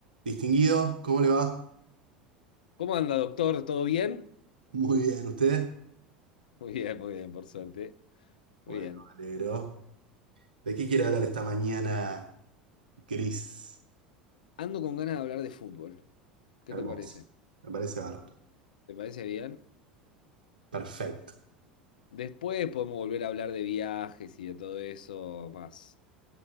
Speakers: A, on the right; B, on the left.
A: Distinguido, ¿cómo le va?
B: ¿Cómo anda, doctor? ¿Todo bien?
A: Muy bien, ¿usted?
B: Muy bien, muy bien, por suerte. Muy
A: Bueno,
B: bien.
A: me alegro. ¿De qué quiere hablar esta mañana gris?
B: Ando con ganas de hablar de fútbol. ¿Qué
A: Hermoso.
B: te parece?
A: Me parece bárbaro.
B: ¿Te parece bien?
A: Perfecto.
B: Después podemos volver a hablar de viajes y de todo eso más,